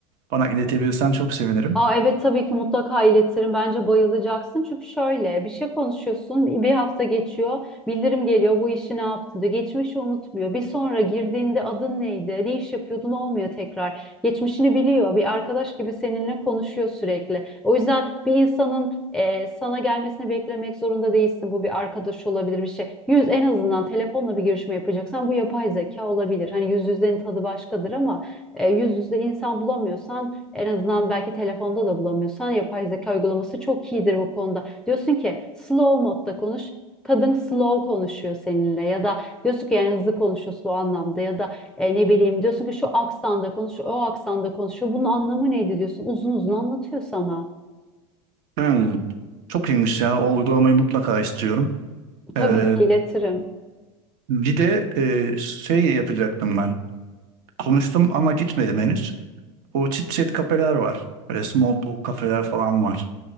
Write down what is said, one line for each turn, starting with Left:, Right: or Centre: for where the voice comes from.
Right: bana iletebilirsen çok sevinirim.
Centre: Aa, evet tabii ki mutlaka iletirim. Bence bayılacaksın. Çünkü şöyle bir şey konuşuyorsun. Bir hafta geçiyor. Bildirim geliyor. Bu işi ne yaptın diyor. Geçmişi unutmuyor. Bir sonra girdiğinde adın neydi? Ne iş yapıyordun olmuyor tekrar. Geçmişini biliyor. Bir arkadaş gibi seninle konuşuyor sürekli. O yüzden bir insanın e, sana gelmesini beklemek zorunda değilsin. Bu bir arkadaş olabilir bir şey. Yüz en azından telefonla bir görüşme yapacaksan bu yapay zeka olabilir. Hani yüz yüzlerin tadı başkadır ama e, yüz yüzde insan bulamıyorsan en azından belki telefonda da bulamıyorsan yapay zeka uygulaması çok iyidir bu konuda. Diyorsun ki slow modda konuş. Kadın slow konuşuyor seninle ya da diyorsun ki yani hızlı konuşuyorsun o anlamda ya da e, ne bileyim diyorsun ki şu aksanda konuşuyor, o aksanda konuşuyor. Bunun anlamı neydi diyorsun. Uzun uzun anlatıyor sana.
Right: Hmm, Çok iyiymiş ya. O uygulamayı mutlaka istiyorum.
Centre: Tabii
Right: Ee,
Centre: ki iletirim.
Right: bir de e, şey yapacaktım ben. Konuştum ama gitmedim henüz. O chit chat kafeler var. Böyle small talk kafeler falan var.